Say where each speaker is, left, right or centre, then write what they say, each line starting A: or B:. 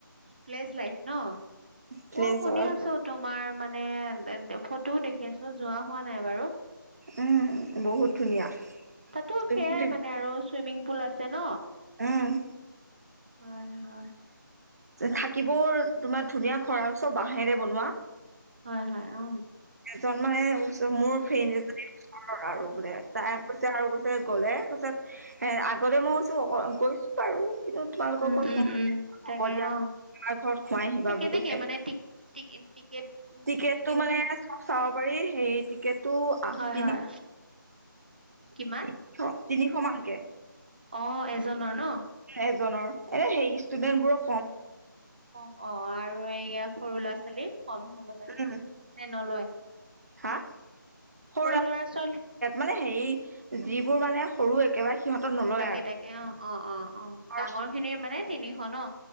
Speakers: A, on the right (about 25°); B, on the right (about 50°).
A: <unintelligible> লাইফ ন,
B: ভিলেজৰ
A: মই শুনি আছো তোমাৰ মানে। মানে, ফটোও দেখি আছো যোৱা হোৱা নাই বাৰু।
B: উম বহুত ধুনীয়া
A: তাতো
B: চুইমিং
A: সেইয়াই মানে আৰু চুইমিং পুল আছে ন
B: উম
A: হয় হয়
B: থাকিব তোমাৰ ধুনীয়া ঘৰ আৰু চব বাঁহেৰে বনোৱা
A: হয় হয় অ
B: এজন মানে মোৰ ফ্ৰে ন এজনে আৰু বোলে তাই কৈছে আৰু কৈছে গ'লে তাৰিছত এ আগতে মই গৈছো অ গৈছো বাৰু কিন্তু তোমালোকৰ
A: উম
B: ঘৰত
A: উম
B: <unintelligible>
A: উম তাকে অ
B: খোৱাই আহিবা
A: সেই কেনেকে
B: বুলি কৈছে
A: মানে টিক টিক টিকেট
B: টিকেটটো
A: টিকেট
B: মানে
A: কেনে
B: চাব পাৰি সেই টিকেটটো আহতি
A: হয় হয়
B: দি
A: কিমান
B: তিশ তিনিশ মানকে
A: অ এজনৰ ন
B: এজনৰ এনে সেই ষ্টুডেণ্টবোৰক
A: কম অ', আৰু এই সৰু ল'ৰা ছোৱালীৰ কম হ'ব চাগে
B: উম
A: নে নলয়
B: হা, সৰু
A: ল'ৰা ছোৱালী
B: মানে হে যিবোৰ মানে সৰু একেবাৰে সিহঁতৰ নলয়
A: তাকে, তাকে অ', অ', অ', অ',
B: আৰু
A: ডাঙৰ খিনিৰ মানে তিনিশ ন